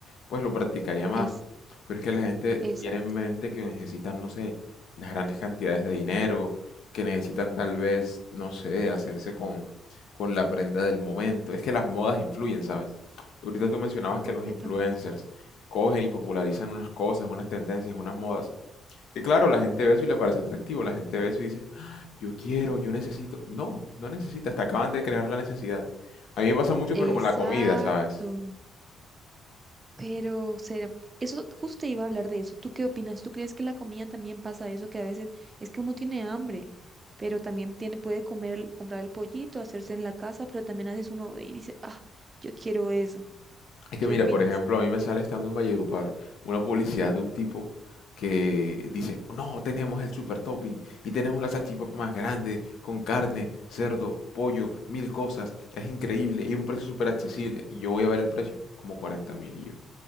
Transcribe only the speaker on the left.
pues lo practicaría más.
Pero es que la gente
tiene en mente que necesitan, no sé, las grandes cantidades de dinero, que necesitan tal vez, no sé, hacerse con, con la prenda del momento. Es que las modas influyen, ¿sabes? Ahorita tú mencionabas que
los influencers cogen y popularizan unas cosas, unas tendencias, unas modas. Que claro, la gente ve eso y le parece atractivo. La gente ve eso y dice, yo quiero, yo necesito. No, no necesitas, te acaban de crear la necesidad. A mí me pasa mucho,
pero con la comida, ¿sabes?
Es que
mira,
por ejemplo, a mí me sale estando en Valledupar una publicidad de un tipo que dice, no, tenemos el super topping y tenemos la salchipapa más grande con carne, cerdo, pollo, mil cosas. Es increíble y un precio súper accesible. Y yo voy a ver el precio, como 40 mil y yo.